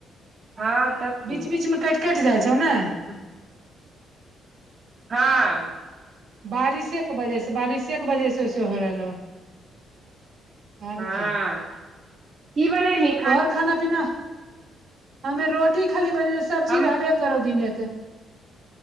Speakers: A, on the right (about 40°); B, on the right (about 65°).
A: हँ। तब
B: बीच-बीच
A: की
B: में कैट-कैट जाइ छौ, नइ।
A: <inaudible> हाँ।
B: बारिशें बजेह से, बारिशें के बजेह से ओसे होइ रहलौं हन। आर
A: हँ,
B: की
A: की बनेलिहि।
B: तोहर खाना-पीना, हमें रोटी खाली बनेलियो सब्जी
A: हम
B: रहबे। करोऽ दीने के।